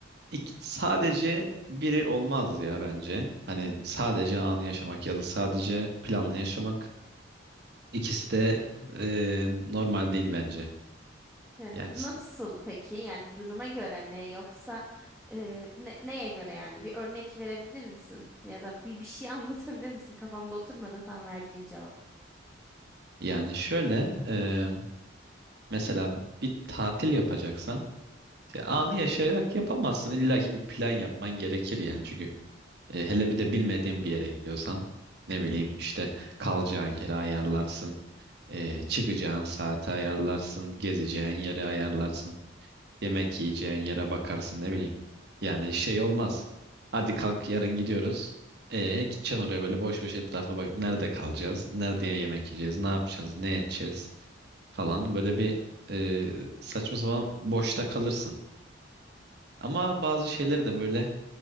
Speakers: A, on the right (about 55°); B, in the centre.
A: ik- sadece biri olmaz ya bence. Hani sadece anı yaşamak ya da sadece planlı yaşamak ikisi de e, normal değil bence.
B: Yani
A: Yani
B: nasıl
A: s-
B: peki? Yani duruma göre mi yoksa e, ne- neye göre yani? Bir örnek verebilir misin? Ya da bir, bir şey <laughs> anlatabilir misin? Kafamda oturmadı tam verdiğin cevap.
A: yani şöyle e, mesela bir tatil yapacaksan e, anı
B: Hı
A: yaşayarak yapamazsın. İlla ki bir plan yapman gerekir yani. Çünkü e, hele bir de bilmediğin bir yere gidiyorsan ne bileyim işte kalacağın yeri ayarlarsın. E, çıkacağın saati ayarlarsın, gezeceğin yeri ayarlarsın. Yemek yiyeceğin yere bakarsın ne bileyim. Yani şey olmaz. Hadi kalk yarın gidiyoruz. E gideceksin oraya böyle boş boş etrafa bak. Nerede kalacağız? Nerede yemek yiyeceğiz? Ne yapacağız? Ne edeceğiz? Falan böyle bir e, saçma sapan boşta kalırsın. Ama bazı şeyleri de böyle